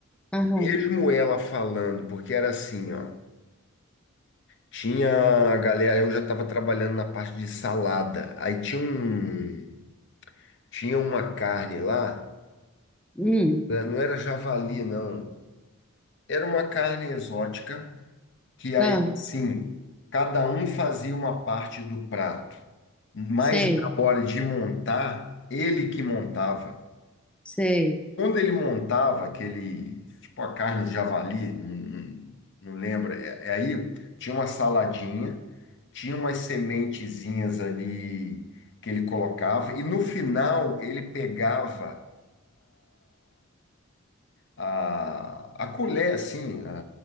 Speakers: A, in the centre; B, on the left (about 60°).
A: Aham.
B: Mesmo ela falando, porque era assim, ó. Tinha a galera, eu já estava trabalhando na parte de salada. Aí tinha um, tinha uma carne lá,
A: Hum.
B: né, não era javali, não. Era uma carne exótica, que aí,
A: Ah,
B: assim, cada um fazia uma parte do prato, mas
A: sei,
B: na hora de montar, ele que montava.
A: sei,
B: Quando ele montava aquele, tipo a carne de javali, não, não- não lembro, é, é aí tinha uma saladinha, tinha umas sementezinhas ali que ele colocava, e no final ele pegava a, a colher, assim,